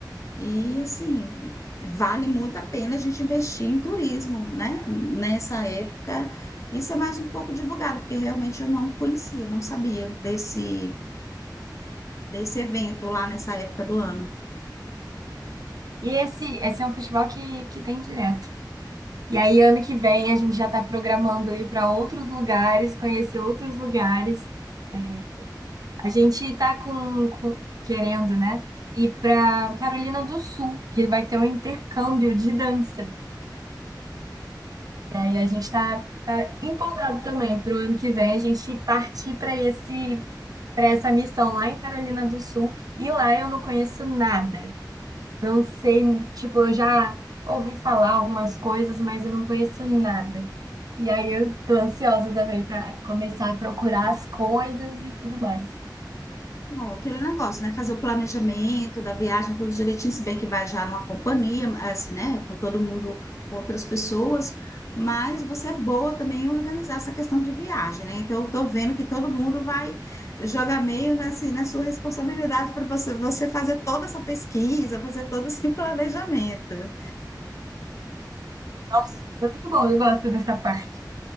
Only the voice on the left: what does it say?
e assim, vale muito a pena a gente investir em turismo, né? Nessa época, isso é mais um pouco divulgado, porque realmente eu não conhecia, não sabia desse, desse evento lá nessa época do ano.
É, aquele negócio, né? Fazer o planejamento da viagem, tudo direitinho, se bem que vai já numa companhia, assim, né? Com todo mundo, com outras pessoas, mas você é boa também em organizar essa questão de viagem, né? Então, eu tô vendo que todo mundo vai jogar meio nessa, na sua responsabilidade para você, você fazer toda essa pesquisa, fazer todo esse <laughs> planejamento.